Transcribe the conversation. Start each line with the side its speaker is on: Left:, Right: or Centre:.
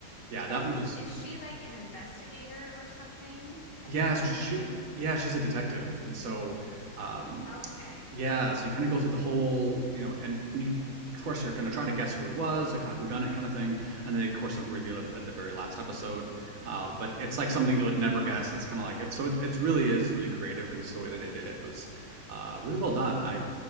Right: yeah, that
Left: And
Right: one was
Left: is she like an investigator or something? I
Right: yeah.
Left: think I'm
Right: So
Left: remembering.
Right: she, she yeah, she's a detective, and so. Um,
Left: Okay.
Right: Yeah, so you kind of go through the whole, you know, and, and you, of course, you're going to try to guess who it was, or kind of who done it kind of thing, and then they, of course they reveal it at the very last episode. Uh, but it's like something you would never guess. It's kind of like it's so it, it's really is really creative, and so the way that they did it was uh, really well done. I